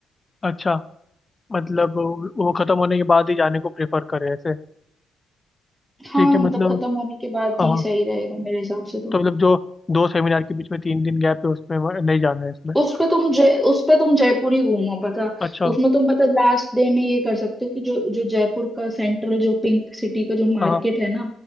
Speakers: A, on the left; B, in the centre.
A: अच्छा मतलब वो वो खत्म होने के बाद ही जाने को प्रेफर करें ऐसे
B: हाँ
A: ठीक है
B: मतलब
A: मतलब
B: खत्म होने के बाद
A: हाँ
B: ही
A: हाँ
B: सही रहेगा मेरे हिसाब से तो
A: तो मतलब जो दो सेमिनार के बीच में तीन दिन गैप है उसमें नहीं जाना है इसमें
B: उस पे तुम जय उस पे तुम जयपुर ही घूमो पता
A: अच्छा
B: उसमें तुम पता लास्ट डे में ये कर सकते हो कि जो जो जयपुर का सेंट्रल जो पिंक सिटी का जो मार्केट
A: हाँ हाँ,
B: है ना